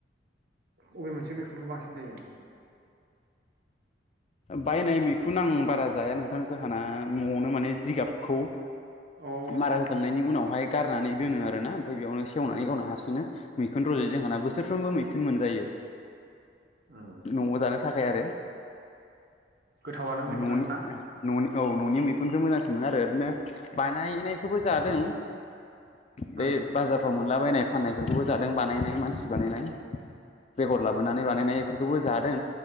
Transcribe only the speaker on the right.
बबे मोनसे मैखुनखौ बांसिन जायो?
अ
उम
उम
उम
गोथावानो मैखुनाथ'
ना?
उम